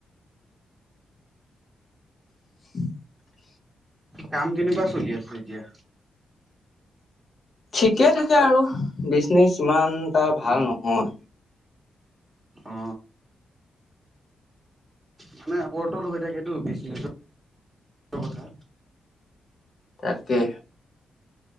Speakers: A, on the left (about 50°); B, on the right (about 20°).
A: <unintelligible>
B: কাম কেনিবা চলি আছো এতিয়া
A: ঠিকে থাকে আৰু বিজনেচ ইমান এটা ভাল
B: অ
A: নহয়
B: অ মানে ওপৰতল হৈ থাকটো বিজনেছ কথা
A: তাককে